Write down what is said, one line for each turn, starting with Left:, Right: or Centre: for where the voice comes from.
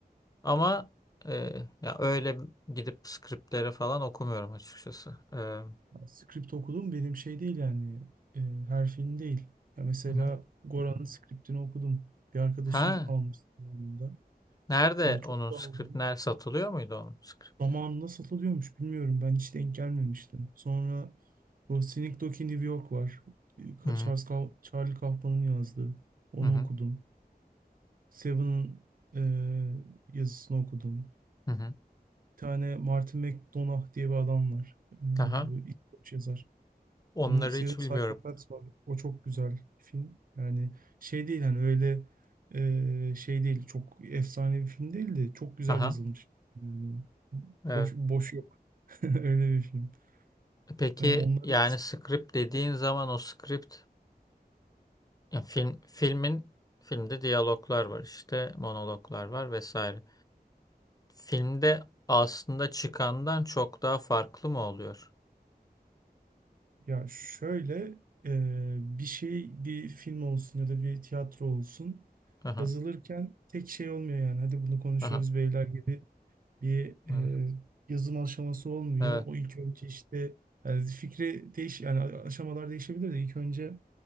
Left: Ama e, ya öyle gidip skriptleri falan okumuyorum açıkçası. E, hı
Right: ben script okudum benim şey değil yani e, her film değil. Ya mesela
Left: hı.
Right: Goran'ın scriptini okudum. Bir arkadaşım
Left: Ha,
Right: almıştı zamanında.
Left: nerede
Right: E, çok
Left: onun
Right: da
Left: skript
Right: aldım.
Left: ner satılıyor muydu onun skripti?
Right: Zamanında satılıyormuş bilmiyorum ben hiç denk gelmemiştim. Sonra bu Sneak Doggy New York var. E, Ka-
Left: Hı
Right: Charles Kauf- Charlie Kaufman'ın yazdığı. Onu
Left: hı hı hı.
Right: okudum. Seven'ın e, yazısını okudum.
Left: hı
Right: Bir tane Martin McDonagh diye bir adam var. E,
Left: Aha.
Right: bu İskoç yazar.
Left: Onları
Right: Onun Seven
Left: hiç bilmiyorum.
Right: Psychopaths var. O çok güzel bir film. Yani şey değil hani öyle e, şey değil. Çok efsane bir film değil de çok güzel
Left: Aha.
Right: yazılmış. Yani
Left: Evet.
Right: boş, boş yok. <laughs> Öyle bir film.
Left: Peki
Right: Yani onların
Left: yani script dediğin zaman o script ya film filmin filmde diyaloglar var işte, monologlar var vesaire. Filmde aslında çıkandan çok daha farklı mı oluyor?
Right: Ya şöyle e, bir şey bir film olsun ya da bir tiyatro olsun
Left: Aha,
Right: yazılırken tek şey olmuyor yani hadi bunu konuşuyoruz
Left: aha,
Right: beyler gibi bir e,
Left: evet,
Right: yazım aşaması olmuyor.
Left: evet,
Right: O ilk önce işte yani fikri değiş yani a- aşamalar değişebilir de ilk önce